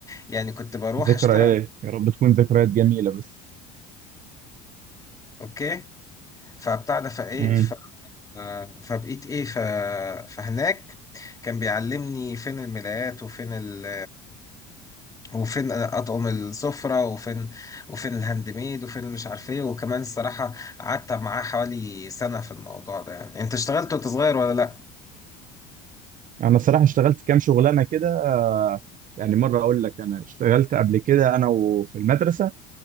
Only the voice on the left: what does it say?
يعني كنت بروح
اشتغل
اوكي فبتاع ده فايه
ف- فبقيت ايه ف... فهناك كان بيعلمني فين الملايات وفين ال... وفين اطعم السفره وفين وفين الهاند ميد وفين مش عارف ايه وكمان الصراحه قعدت معاه حوالي سنه في الموضوع ده يعني انت اشتغلت وانت صغير ولا لا